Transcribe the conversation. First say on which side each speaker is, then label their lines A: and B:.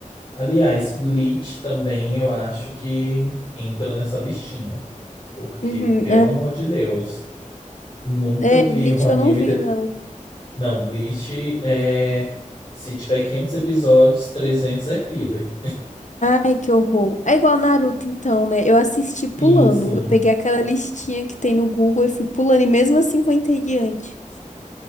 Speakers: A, on the left (about 35°); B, on the left (about 60°).
A: Aliás, Bleach também eu acho que entra nessa listinha. Porque,
B: Uhum.
A: pelo amor de Deus, nunca
B: É,
A: vi
B: Bleach
A: um anime
B: eu não vi,
A: ter...
B: não.
A: Não, Bleach é... Se tiver 500 episódios, 300 é filler.
B: Ai, que horror. É igual Naruto, então, né? Eu assisti pulando.
A: Sim, sim.
B: Eu peguei aquela listinha que tem no Google e fui pulando, e mesmo assim vou entediante.